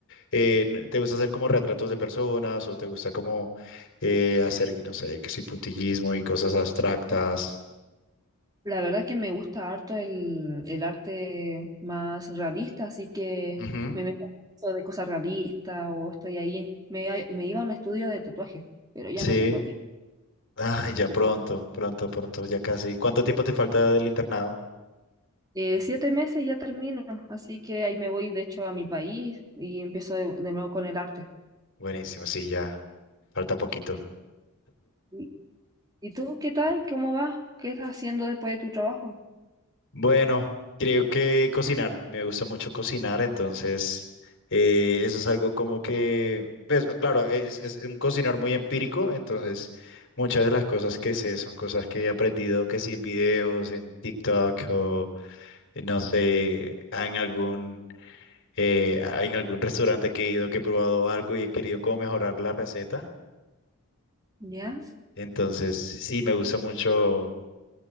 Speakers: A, on the left (about 60°); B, on the right (about 20°).
A: eh, n- te gusta hacer como retratos de personas o te gusta como eh, hacer, no sé, que sí, puntillismo y cosas abstractas.
B: La verdad que me gusta harto el, el arte más realista, así que
A: Ujú,
B: me meto en eso de cosas realistas o estoy ahí. Me, me iba a un estudio de tatuajes, pero ya
A: Sí.
B: no tengo tiempo.
A: Ay, ya pronto, pronto, pronto, ya casi. ¿Cuánto tiempo te falta del internado?
B: Eh, siete meses y ya termino, así que ahí me voy de hecho a mi país y empiezo de, de nuevo con el arte.
A: Buenísimo, sí, ya, falta poquito.
B: ¿Y, y tú qué tal? ¿Cómo vas? ¿Qué estás haciendo después de tu trabajo?
A: Bueno, creo que cocinar. A mí me gusta mucho cocinar, entonces eh, eso es algo como que, pues claro, es, es un cocinar muy empírico, entonces muchas de las cosas que sé son cosas que he aprendido que sí en videos, en TikTok o eh, no sé, en algún, eh, en algún restaurante que he ido que he probado algo y he querido como mejorar la receta.
B: ¿Ya?
A: Entonces sí me gusta mucho